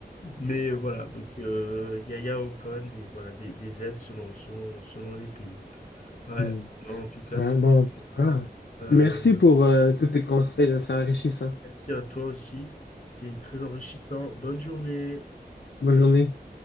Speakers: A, on the left; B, on the left.
A: Mais euh, voilà, donc euh, il y a, il y a quand même des, voilà, des, des aides selon, selon, selon les pays. Ouais,
B: Mhm.
A: Non, en tout cas,
B: Ouais,
A: c'est
B: bon,
A: cool.
B: en tout cas,
A: Euh,
B: merci pour euh, tous tes conseils, là, c'est enrichissant.
A: merci à toi aussi. T'es très enrichissant. Bonne journée.
B: Bonne journée.